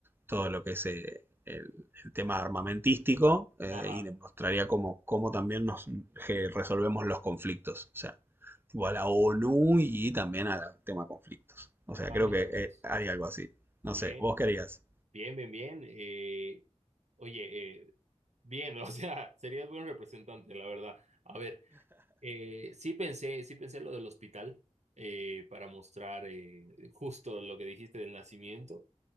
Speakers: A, on the right; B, on the right.
A: todo lo que es eh, el, el tema armamentístico eh,
B: Ajá.
A: y le mostraría cómo, cómo también nos que resolvemos los conflictos. O sea, tipo a la ONU y también al tema conflictos. O sea,
B: Ah,
A: creo
B: mira
A: que
B: vos.
A: eh, haría algo así. No
B: Bien,
A: sé, vos qué harías.
B: bien, bien, bien. Eh, oye, eh, bien, <laughs> o sea, serías buen representante, la verdad. A ver, eh, sí pensé, sí pensé lo del hospital eh, para mostrar eh, justo lo que dijiste del nacimiento.